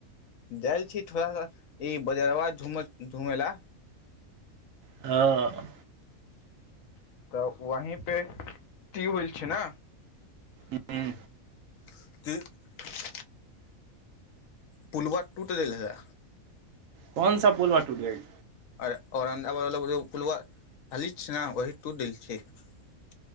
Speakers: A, on the left; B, on the right.
A: दायल छी थोड़ा सा ई बजरवा धूमत धूमे ला।
B: ह
A: तऽ वही पे ती उल छैय ने।
B: हूँ
A: <unintelligible> पुलवा टूटे गेल हाय
B: कोन सा पूलवा टूट गईल
A: <unintelligible>